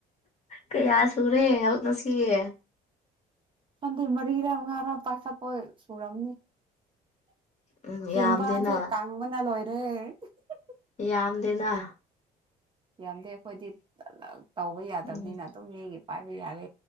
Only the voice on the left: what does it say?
ꯀꯌꯥ ꯁꯨꯔꯦ ꯉꯥꯁꯤꯒꯤ
ꯎꯝ
ꯌꯥꯝꯗꯦꯅ
ꯌꯥꯝꯗꯦꯅ
ꯎꯝ